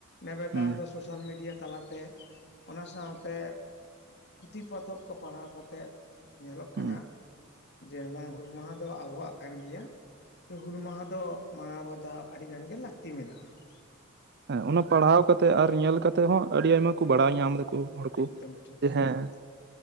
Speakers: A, on the left; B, on the right.
A: ᱱᱮᱵᱮᱛᱟᱨ
B: ᱦᱩᱸ
A: ᱫᱚ ᱥᱳᱥᱟᱞ ᱢᱤᱰᱤᱭᱟ ᱛᱟᱞᱟᱛᱮ ᱚᱱᱟ ᱥᱟᱶᱛᱮ ᱯᱩᱛᱷᱤ ᱯᱚᱛᱚᱵ ᱠᱚ ᱯᱟᱲᱦᱟᱣ ᱠᱟᱛᱮᱫ, ᱧᱮᱞᱚᱜ ᱠᱟᱱᱟ
B: ᱦᱩᱸ
A: ᱡᱮ ᱵᱟᱝ ᱦᱩᱞ ᱢᱟᱦᱟᱸ ᱫᱚ ᱟᱵᱚᱣᱟᱜ ᱠᱟᱱ ᱜᱮᱭᱟ ᱾ ᱥᱮ ᱦᱩᱞ ᱢᱟᱦᱟᱸ ᱫᱚ ᱢᱟᱱᱟᱣ ᱵᱟᱛᱟᱣ ᱟᱹᱰᱤᱜᱟᱱ ᱜᱮ ᱞᱟᱹᱠᱛᱤ ᱢᱮᱱᱟᱜᱼᱟ ᱾
B: ᱦᱮᱸ ᱚᱱᱟ ᱯᱟᱲᱦᱟᱣ ᱠᱟᱛᱮᱜ ᱟᱨ ᱧᱮᱞ ᱠᱟᱛᱮᱜ ᱦᱚᱸ ᱟᱹᱰᱤ ᱟᱭᱢᱟ ᱠᱚ ᱵᱟᱲᱟᱭ ᱧᱟᱢ ᱞᱮᱠ ᱠᱩ ᱦᱚᱲ ᱠᱚ
A: ᱮᱠᱫᱚᱢ ᱴᱷᱤᱠ
B: ᱡᱮ
A: ᱠᱟᱛᱷᱟ
B: ᱦᱮᱸ
A: ᱜᱮ